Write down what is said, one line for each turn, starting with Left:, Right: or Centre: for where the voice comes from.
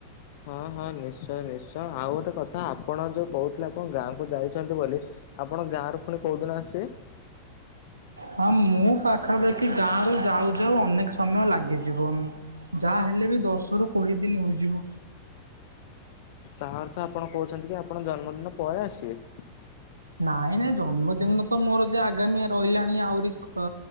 Left: ହଁ-ହଁ ନିଶ୍ଚୟ-ନିଶ୍ଚୟ ଆଉ ଗୋଟେ କଥା ଆପଣ ଯୋଉ କହୁଥିଲେ ଆପଣ ଗାଁକୁ ଯାଇଛନ୍ତି ବୋଲି ଆପଣ ଗାଁ ରୁ ଫୁଣି କୋଉଦିନ ଆସିବେ?
Right: ହଁ ମୁଁ ପାଖାପାଖି ଗାଁରୁ ଯାଉ-ଯାଉ ଅନେକ୍ ସମୟ ଲାଗିଯିବ। ଯା ହେଲେ ବି ଦଶରୁ କୋଡ଼ିଏ ଦିନ୍ ହୋଇଯିବ।
Left: ତା ଅର୍ଥ ଆପଣ କହୁଛନ୍ତି କି ଆପଣ ଜନ୍ମଦିନ ପରେ ଆସିବେ?
Right: ନାଇଁ-ନାଇଁ ଜନ୍ମଦିନ ତ ମୋର ଯେ ଆଗାମୀ ରହିଲାଣି ଆହୁରି କ